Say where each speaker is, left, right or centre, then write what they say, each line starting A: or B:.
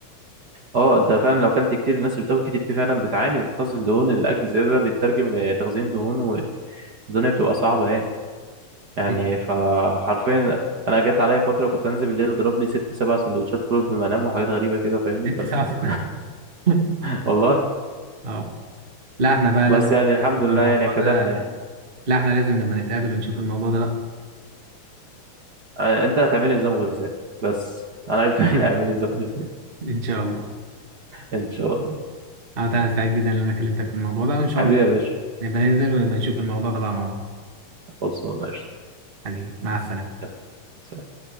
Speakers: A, on the right; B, on the right.
A: اه انت فعلا لو اكلت كتير الناس اللي بتاكل كتير دي فعلا بتعاني وبتخزن دهون الاكل الزياده ده بيترجم لتخزين دهون والدنيا بتبقى صعبه يعني يعني
B: دي
A: فحرفيا انا جت عليا فتره كنت انزل بالليل اضرب لي ست سبع سندوتشات فول قبل ما انام وحاجات غريبه كده فاهمني
B: ست
A: فال...
B: ساعات <laughs>
A: <laughs> والله
B: اه لا احنا بقى
A: بس
B: لازم
A: يعني الحمد لله
B: في الموضوع
A: يعني اعتدلنا
B: ده
A: يعني
B: لا احنا لازم نبقى نتقابل ونشوف الموضوع ده بقى
A: آه، انت هتعملي نظام غذائي بس انا عرفت <laughs> ان هعمل نظام غذائي
B: <laughs> ان شاء الله
A: ان شاء الله
B: انا أنا سعيد جدا ان انا كلمتك في الموضوع ده وان شاء
A: حبيبي
B: الله
A: يا باشا
B: نبقى ننزل ونبقى نشوف الموضوع ده بقى مع بعض
A: خلصانه قشطه
B: حبيبي مع السلامة
A: يلا، سلام.